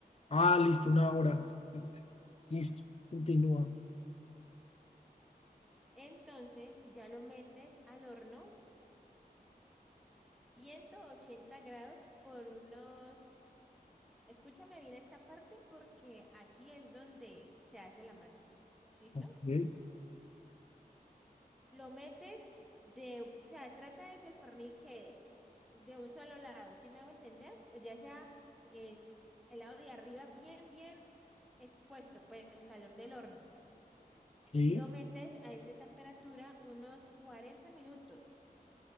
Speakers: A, on the left; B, in the centre.
A: Ah, listo, una hora. Listo. Continúa.
B: Entonces, ya lo metes al horno, 180 grados por unos... Escúchame bien esta parte porque aquí es donde se hace la magia. ¿Listo?
A: Ok.
B: Lo metes de, o sea, trata de que el pernil quede de un solo lado, ¿sí me hago entender? O ya sea es el lado de arriba bien, bien expuesto, pues el calor del horno.
A: Sí,
B: Lo metes a esa temperatura unos 40 minutos.